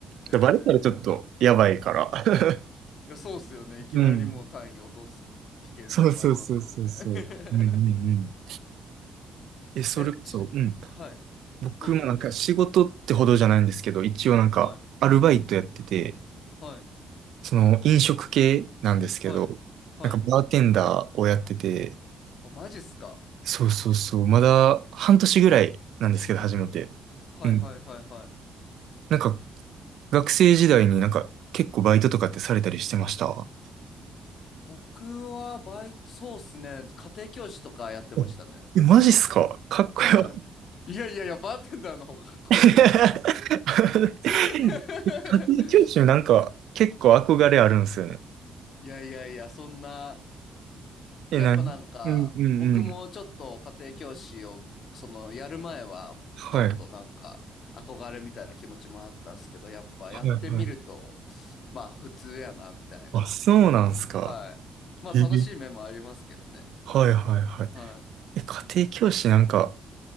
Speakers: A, on the left; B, on the right.
A: へえ。
B: でバレたらちょっとやばいから。<laughs>
A: いやそうっすよね。いきなりもう単位落とす危険性もありますもんね。
B: うん。そうそうそうそうそう。
A: <laughs>
B: うんうんうん。え、それこそ、
A: え、ち、
B: うん。
A: はい。
B: 僕もなんか仕事ってほどじゃないんですけど、
A: どうぞどうぞ。
B: 一応なんかアルバイトやってて、
A: はい。はい。
B: その飲食系なんですけど、
A: はい。はい。
B: なんかバーテンダーをやってて、
A: あ、マジっすか。
B: そうそうそう、まだ半年ぐらいなんですけど、初めて。
A: はいはいはいはい。
B: うん。なんか学生時代になんか結構バイトとかってされたりしてました
A: 僕はバイト、そうっすね。家庭教師とかやってましたね。
B: おえ、マジっすかかっこよ。
A: はい。いやいやいや、バーテンダーの方がかっこいいでしょ。
B: <laughs>
A: それ
B: 家庭教師なんか結構憧れあるんですよね。
A: <laughs> いやいやいや、そんな。
B: え、
A: やっぱなんか、
B: なにうんうんうん。
A: 僕もちょっと家庭教師を、その、やる前は、
B: はい。
A: ちょっとなんか、
B: は
A: 憧れみたいな気持ちもあったっすけど、やっぱやってみると、
B: いはい。
A: まあ、普通やな、みたいな。
B: あ、そうなんすか。
A: はい。まあ、
B: へえ。
A: 楽しい面もありますけどね。
B: はいはいはい。
A: はい。
B: え、家庭教師なんか、